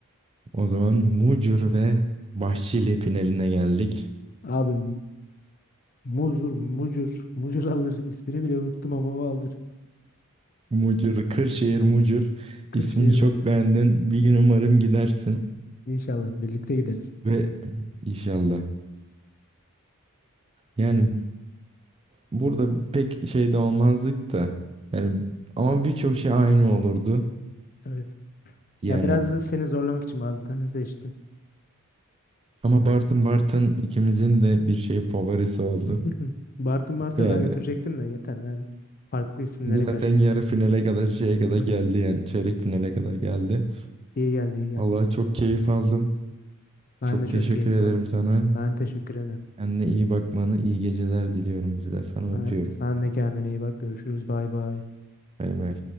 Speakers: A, on the right; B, on the left.
A: O zaman Mucur ve Bahşili finaline geldik.
B: Abi muzur, mucur, mucur alır. İsmini bile unuttum ama o alır.
A: Mucur, Kırşehir Mucur.
B: Kırşehir
A: İsmini çok
B: mucur.
A: beğendin. Bir gün umarım gidersin
B: İnşallah birlikte gideriz.
A: ve inşallah. Yani burada pek şey de olmazdık da. Yani ama birçok şey aynı olurdu.
B: Evet.
A: Yani
B: Ya biraz da seni zorlamak için bazılarını seçtim.
A: ama Bartın Bartın ikimizin de bir şey favorisi oldu.
B: <laughs> Bartın Bartın
A: Yani
B: daha götürecektim de yeter. Ben farklı isimlere kaçtım.
A: zaten yarı finale kadar şeye kadar
B: <laughs> Hı
A: geldi
B: hı.
A: yani çeyrek finale kadar geldi.
B: İyi geldi iyi geldi.
A: Vallahi çok keyif aldım.
B: Ben
A: Çok
B: de çok
A: teşekkür
B: keyif
A: ederim
B: aldım.
A: sana.
B: Ben teşekkür ederim.
A: Kendine iyi bakmanı, iyi geceler diliyorum bir de sana
B: Sen,
A: öpüyorum.
B: sen de kendine iyi bak. Görüşürüz. Bay bay.
A: Bay bay.